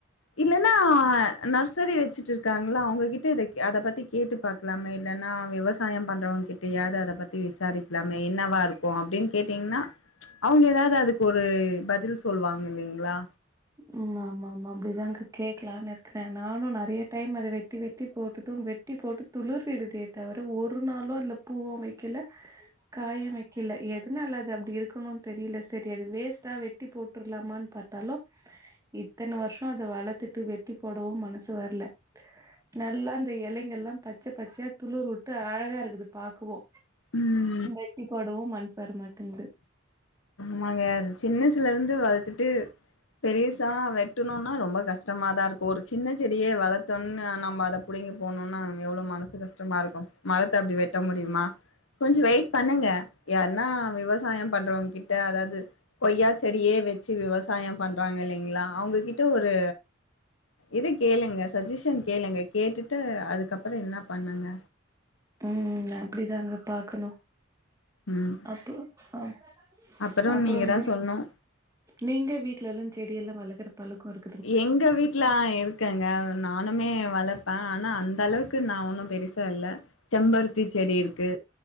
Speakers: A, on the left; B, on the right.
A: இல்லன்னா நர்சரி வச்சுட்டு இருக்காங்கல்ல அவங்ககிட்ட இத அத பத்தி கேட்டு பாக்கலாமே இல்லன்னா விவசாயம் பண்றவங்க கிட்டயாது அத பத்தி விசாரிக்கலாமே என்னவா இருக்கு அப்டின் கேட்டீங்க்னா அவங்க ஏதாது அதுக் ஒரு பதில் சொல்வாங்க இல்லிங்களா
B: உம் ஆமா ஆமா அப்டிதாங்க கேக்கலான்னு இருக்கறேன் நானு நறைய டைம் அத வெட்டி வெட்டி போட்டுட்டும் வெட்டி போட்டு துளுர் விடுதே தவிர ஒரு நாளு அதுல பூவு வெக்கெல காயு வக் கல எதுனால அது அப்டி இருக்கணும் தெரில சரி அது வேஸ்ட்டா வெட்டி போட்டுரலாமான் பாத்தாலு இத்தன வருஷம் அத வளத்துட்டு வெட்டி போடவு மனசு வரல நல்லா அந்த எலைகள்லாம் பச்ச பச்சையா துளுர் வுட்டு அழகா இருக்குது பாக்கவு
A: உம்
B: வெட்டி போடவு மன்சு வரமாட்டேந்து
A: ஆமாங்க அது சின்னசல இருந்து வளத்துட்டு பெரிசா வெட்டணுனா ரொம்ப கஷ்டமாதா இருக்கு ஒரு சின்ன செடிய வளத் தோணா நம்ம அத புடுங்கி போணுனா நம்ம எவ்ளோ மனசு கஷ்டமா இருக்கு மரத்த அப்டி வெட்ட முடிமா கொஞ்சு வெயிட் பண்ணுங்க யார்னா விவ சாயம் பண்றவங்கிட்ட அதாது கொய்யா செடியே வச்சு விவசாயம் பண்றாங்க இல்லிங்களா அவங்ககிட் ட ஒரு இது கேளுங்க சஜஷன் கேளுங்க கேட்டுட் டு அதுக்கப்பற என்னா பண்ணுங்க
B: உம் அப்டிதாங்க பாக்கணு
A: ம்
B: அப்றோ அப்
A: அப்புறோ
B: அப்பறங்க
A: நீங்க தா சொல்ணு
B: நீங்க வீட்ல எல்லா செடியல்லா வளக்கற பழக்கம் இருக்
A: எங்க வீட் லா இருக்கங்க நானுமே வளப்பே ஆனா அந்த அளவுக்கு நா ஒண்ணு பெருசா இல்ல செம்பருத்தி செடி இருக்கு